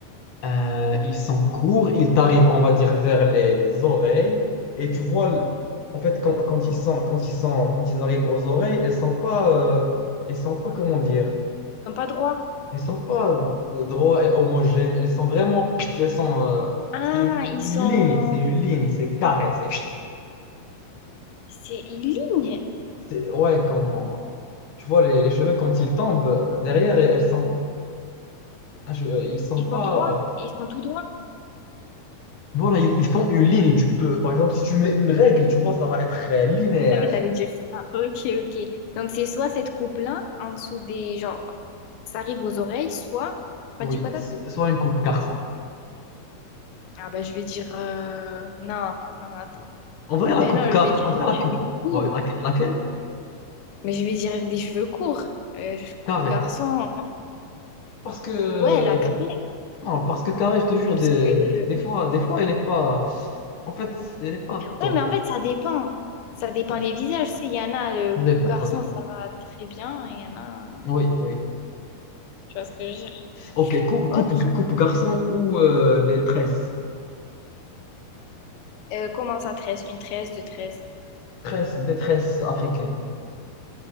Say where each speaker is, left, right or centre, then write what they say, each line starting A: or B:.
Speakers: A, on the left; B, on the left.
A: Euh, ils sont courts, ils t'arrivent, on va dire, vers les, les oreilles. Et tu vois, l- en fait, quand, quand ils sont, quand ils sont, quand ils arrivent aux oreilles, elles sont pas, euh, elles sont pas, comment dire,
B: Ils sont pas droits.
A: elles sont pas euh, droits et homogènes. Elles sont vraiment, pit, elles sont, euh,
B: Ah,
A: c'est une,
B: ils sont...
A: une ligne, c'est une ligne, c'est carré, c'est,
B: C'est une ligne.
A: c'est- ouais, quand, tu vois, les, les cheveux quand ils tombent euh, derrière, elles sont Ah, je- euh, ils sont
B: Ils
A: pas.
B: sont droits. Ils sont tout droits.
A: Voilà, ils, ils font une ligne. Tu peux, par exemple, si tu mets une règle, tu vois, ça va être euh, linéaire.
B: savais, que t'allais dire ça. Ok, ok. Donc, c'est soit cette coupe-là, en dessous des... Genre, ça arrive aux oreilles, soit... Tu m'as
A: Oui,
B: dit quoi d'autre?
A: so- soit une coupe garçon.
B: Ah bah, je vais dire... euh, Non, Ah, attends.
A: En vrai, la
B: Mais
A: coupe
B: non,
A: car,
B: je vais dire
A: en vrai, la
B: des
A: coupe.
B: cheveux courts.
A: Ouais, laque- laquelle?
B: Mais je vais dire des cheveux courts. Euh, je coupe
A: Carré.
B: garçon.
A: Parce que
B: Ouais, la carrée.
A: non, parce que carré, je te jure,
B: Parce
A: des,
B: que...
A: des fois, des fois, elle est pas. En fait, elle est pas top.
B: Ouais, mais en fait, ça dépend. Ça dépend
A: Ça,
B: les visages. Tu sais, il y en a, le
A: ça dépend,
B: coupe garçon,
A: ça dépend.
B: ça va très bien. Il y en a...
A: Oui, oui.
B: Tu vois ce que je veux dire?
A: Ok, coupe,
B: Ok.
A: coupe, coupe garçon ou euh, les tresses.
B: Euh, comment ça tresse? Une tresse, deux tresses.
A: Tresses, des tresses africaines.